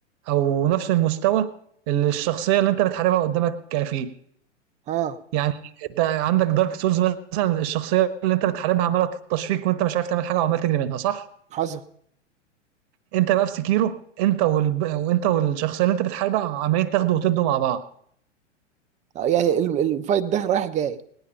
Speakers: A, on the right; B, on the right.
A: او نفس المستوى اللي الشخصية اللي انت بتحاربها قدامك فيه
B: اه
A: يعني انت عندك دارك سولز مثلا الشخصيه اللي انت بتحاربها عماله تلطش فيك وانت مش عارف تعمل حاجه وعمال تجري منها صح
B: حصل
A: انت بقى في سكيرو انت وال... وانت والشخصيه اللي انت بتحاربها عمالين تاخدوا وتدوا مع بعض
B: يعني ال- ال- الفايت ده رايح جاي